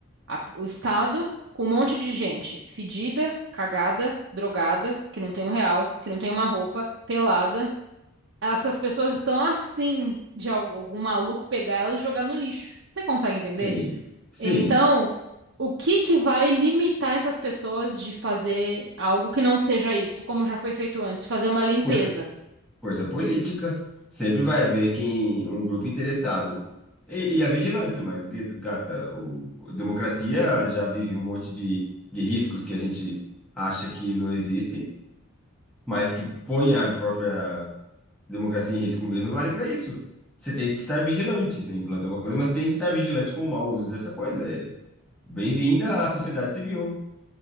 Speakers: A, on the right; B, in the centre.
A: a- o Estado com um monte de gente fedida, cagada, drogada, que não tem um real, que não tem uma roupa, pelada Essas pessoas estão assim de algo- algum maluco pegar elas e jogar no lixo. Você consegue entender?
B: Sim. Sim,
A: Então, o que que vai limitar essas pessoas de fazer algo que não seja isso, como já foi feito antes, fazer uma limpeza?
B: força, força política. Sempre vai haver quem, um grupo interessado. E, e a vigilância, mas, gu- gata, o, a democracia já vive um monte de, de riscos que a gente acha que não existem, mas que põe a própria democracia em risco mesmo vale para isso. Você tem de estar vigilante, você implanta alguma coisa, mas tem de estar vigilante com o mau uso dessa coisa. É bem-vinda à sociedade civil.